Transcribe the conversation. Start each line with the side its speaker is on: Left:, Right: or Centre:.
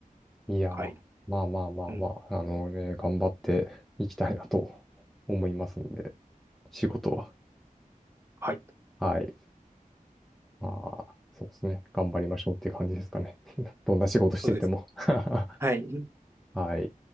Centre: いやー、
Right: はい。
Centre: まあまあまあまあ、
Right: うん。
Centre: あのね、頑張っていきたいなと思いますんで、仕事は。
Right: はい。
Centre: はい。まあ、そうですね。頑張りましょうっていう感じですかね。<laughs> どんな仕事してても
Right: そうです。
Centre: <laughs>
Right: はい。
Centre: はい。